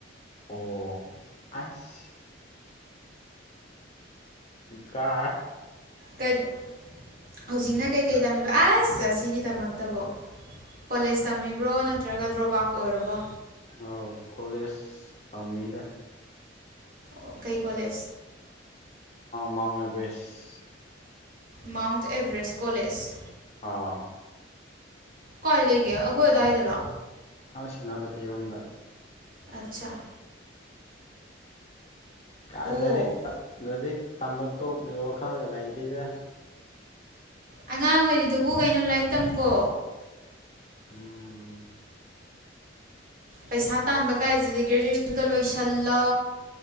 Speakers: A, on the left; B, on the right.
A: ꯑꯣ ꯑꯁ ꯏꯀꯥ
B: ꯀꯔꯤ ꯍꯧꯖꯤꯛꯅ ꯀꯩꯀꯩ ꯇꯝꯃꯤꯕ ꯑꯁ ꯑꯁꯤꯒꯤꯗꯃꯛꯇꯕꯣ ꯀꯣꯂꯦꯖ ꯇꯝꯃꯤꯕ꯭ꯔꯣ ꯅꯠꯇ꯭ꯔꯒ ꯗ꯭ꯔꯣꯞ ꯑꯥꯎꯠ ꯑꯣꯏꯔꯕꯣ
A: ꯑ ꯀꯣꯂꯦꯖ ꯊꯝꯃꯤꯗ
B: ꯑꯣ ꯀꯩ ꯀꯣꯂꯦꯖ
A: ꯃꯥꯎ ꯑꯦꯕꯦꯁ
B: ꯃꯥꯎꯟꯠ ꯑꯦꯚꯔꯦꯁ ꯀꯣꯂꯦꯖ
A: ꯑꯣ
B: ꯀꯥꯏ ꯂꯩꯒꯦ ꯑꯩꯈꯣꯏ ꯑꯗꯨꯋꯥꯏꯗꯔꯣ
A: ꯁꯦꯅꯥꯄꯇꯤꯔꯣꯝꯗ
B: ꯑꯆꯥ
A: ꯀꯥꯏ
B: ꯑꯣ
A: ꯂꯔꯤꯛ ꯂꯔꯤꯛ ꯇꯝꯕ ꯇꯣꯛꯄꯤꯕ ꯋꯥꯈꯜꯒ ꯂꯩꯇꯦꯗ
B: ꯑꯉꯥꯡ ꯑꯣꯏꯔꯤꯗꯨꯕꯨ ꯀꯩꯅꯣ ꯂꯥꯏꯔꯤꯛ ꯇꯝꯈꯣ
A: ꯎꯝ
B: ꯄꯩꯁꯥ ꯇꯥꯟꯕ ꯀꯥꯏꯁꯤꯗꯤ ꯒ꯭ꯔꯦꯖꯨꯑꯦꯁꯟꯗꯣ ꯂꯣꯏꯁꯤꯜꯂ